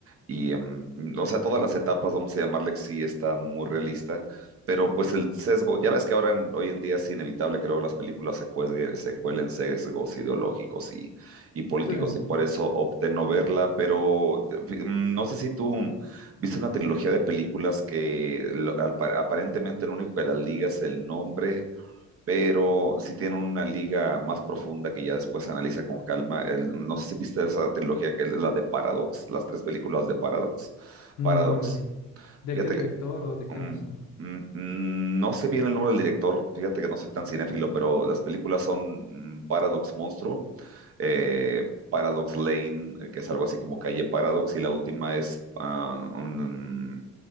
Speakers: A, on the right; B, on the left.
A: y em, o sea, todas las etapas, vamos a llamarle, sí está muy realista, pero pues el sesgo, ya ves que ahora en- hoy en día es inevitable que luego las películas se, cuelguen- se cuelen sesgos ideológicos y, y políticos
B: Sí,
A: y por eso opté no verla, pero de- mm, no sé si tú... Viste una trilogía de películas que lo- al pa- aparentemente lo único que las liga es el nombre, pero sí tienen una liga más profunda que ya después se analiza con calma. El- no sé si viste esa trilogía, que es la de Paradox, las tres películas de Paradox.
B: no,
A: Paradox.
B: no me vi. ¿De
A: Fíjate
B: qué director
A: que
B: o de
A: mm,
B: qué año son?
A: mm, mm, no sé bien el nombre del director, fíjate que no soy tan cinéfilo, pero las películas son mm, Paradox Monstruo eh, Paradox Lane, eh, que es algo así como calle Paradox, y la última es, ah, un-